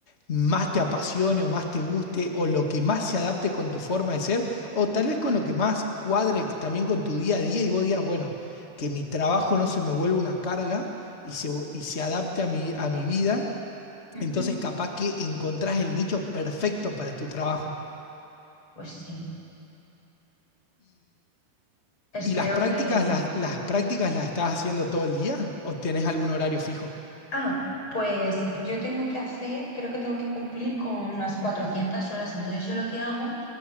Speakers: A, on the left; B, on the left.
A: más te apasione o más te guste o lo que más se adapte con tu forma de ser o tal vez con lo que más cuadre también con tu día a día y vos digas, bueno, que mi trabajo no se me vuelva una carga y se, y se adapte a mi, a mi vida.
B: Ujú.
A: Entonces capaz que encontrás el nicho perfecto para tu trabajo.
B: pues sí. Espero
A: ¿Y las prácticas
B: que...
A: las, las
B: mm.
A: prácticas las estás haciendo todo el día o tienes algún horario fijo?
B: Ah, pues yo tengo que hacer, creo que tengo que cumplir con unas 400 horas. Entonces yo lo que hago